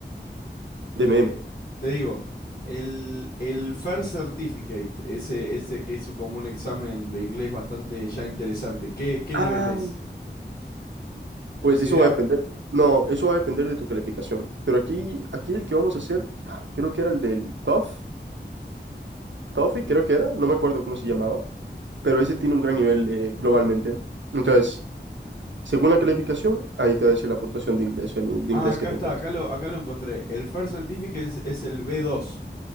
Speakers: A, on the right; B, on the left.
A: dime,
B: Te,
A: dime.
B: te digo, el, el FAIR Certificate, ese, ese que es su- como un examen de inglés bastante ya interesante, ¿qué, qué
A: Ah,
B: nivel es? ¿Tenés
A: Pues eso
B: idea?
A: va a depender. No, eso va a depender de tu calificación. Pero aquí, aquí el que vamos a hacer, creo que era el del Toefl. TOEFL creo que era, no me acuerdo cómo se llamaba, pero ese tiene un gran nivel eh, globalmente. Entonces, según la calificación, ahí te va a decir la puntuación de inglés, eh, de
B: Ah,
A: inglés
B: acá
A: que tengas.
B: está, acá lo, acá lo encontré. El FAIR Certificate es, es el b dos